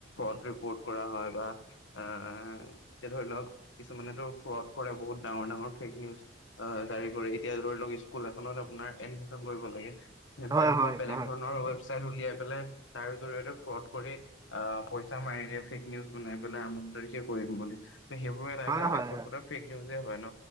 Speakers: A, on the left; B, on the right.
A: অ প ফ্ৰড কৰা হয় বা এএএ এতিয়া ধৰি লওক কিছুমানেতো ফ্ৰল্ড কৰে বহুত ডাঙৰ ডাঙৰ ফেক নিউজ অ' জাৰি কৰি। এতিয়া ধৰি লওক স্কুল এখনত আপোনাৰ এডমিচন কৰিব লাগে
B: হয়
A: তেনেকুৱা
B: হয়
A: বেলেগ
B: হয়
A: ধৰণৰ ৱেব উলায়াই পেলাই তাৰ জৰিয়তে ফ্লড কৰি আ পইচা মাৰি। ফেক নিউজ বনাই পেলাই আমুক তাৰিখে কৰিম বুলি সেইবোৰে নাযাওঁ
B: হয় হয়
A: একো
B: হয়
A: এক ফেক নিউজ। হয় ন।